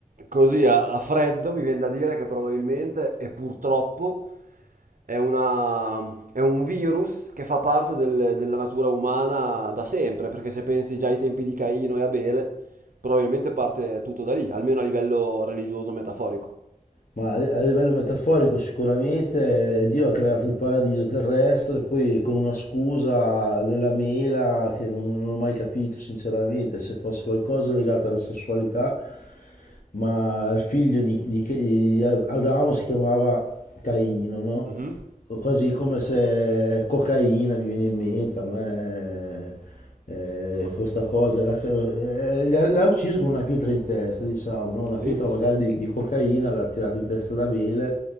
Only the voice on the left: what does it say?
Ma a a livello metaforico sicuramente eh, Dio ha creato il paradiso terrestre, poi con una scusa della mela che non, non ho mai capito sinceramente, se fosse qualcosa legato alla sessualità ma il figlio di, di- di Adamo si chiamava Caino, no?
Quasi come se cocaina mi viene in mente, a me eh, questa cosa, la- eh, l'ha l'ha ucciso con una pietra in testa, diciamo, no? Una
pietra magari di, di cocaina l'ha tirata in testa ad Abele.